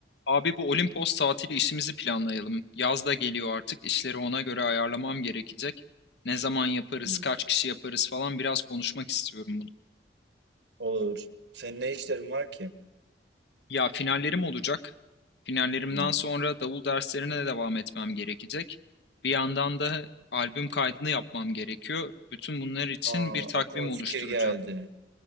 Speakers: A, on the left (about 65°); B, on the right (about 70°).
A: Abi bu Olimpos tatili işimizi planlayalım. Yaz da geliyor artık. İşleri ona göre ayarlamam gerekecek. Ne zaman yaparız,
B: Hı.
A: kaç kişi yaparız falan biraz konuşmak istiyorum bunu.
B: Olur. Senin ne işlerin var ki?
A: Ya finallerim olacak. Finallerimden
B: Hı.
A: sonra davul derslerine de devam etmem gerekecek. Bir yandan da albüm kaydını yapmam gerekiyor. Bütün bunlar için
B: Aa,
A: bir takvim
B: aklıma bir
A: oluşturacağım.
B: fikir geldi.